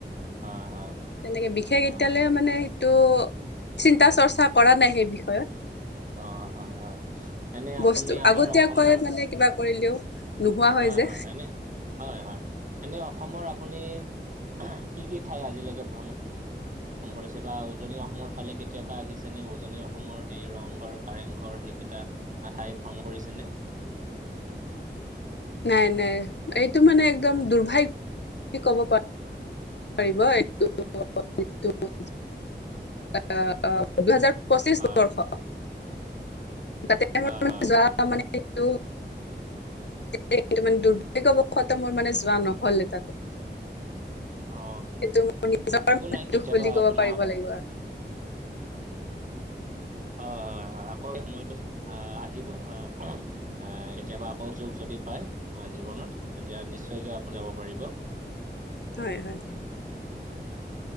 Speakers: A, on the right; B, on the left.
A: হয় হয়
B: তেনেকে বিশেষ
A: অ
B: এতিয়ালে মানে এইটো চিন্তা চৰ্চা কৰা নাই সেই বিষয়ত
A: অ হয় হয়, এনে
B: বস্তু
A: আপুনি আমাৰ
B: আগতীয়াকৈ
A: অসমৰ
B: মানে কিবা কৰিলেও নোহোৱা
A: হয়
B: যে।
A: হয় এনে হয় হয়, এনে অসমৰ আপুনি এহ কি কি ঠাই আজিলৈকে ভ্ৰমণ ভ্ৰমণ কৰিছে বা উজনি অসমৰ ফালে কেতিয়াবা আহিছেনে উজনি অসমৰ সেই ৰংঘৰ, কাৰেংঘৰ সেইকেইটা, ঠাই ভ্ৰমণ কৰিছে নে
B: নাই নাই এইটো মানে একদম দুৰ্ভাগ্য বুলি ক'ব পাৰা পাৰিব এইটো <unintelligible> হয় হয় অ দুহেজাৰ পঁচিছ
A: হয়
B: বৰ্ষ, তাতে
A: হয়
B: মোৰ
A: হয়
B: যোৱা মানে এইটো, যিহেতু মানে দুৰ্ভাগ্যবশত মোৰ মানে যোৱা নহ'লে তাতে।
A: অ
B: সেইটো মোৰ নিজৰ
A: একো নাই কেতিয়াবা
B: দুখ বুলি ক'ব
A: আপোনাৰ
B: পাৰিব লাগিব আৰু
A: হয় হয় হয়, আকৌ এই সময়টো আহ আহিব আহ কেতিয়াবা আকৌ সোযোগ যদি পায় জীৱনত, তেতিয়া নিশ্চয়কে আপুনি যাব পাৰিব।
B: হয়, হয়।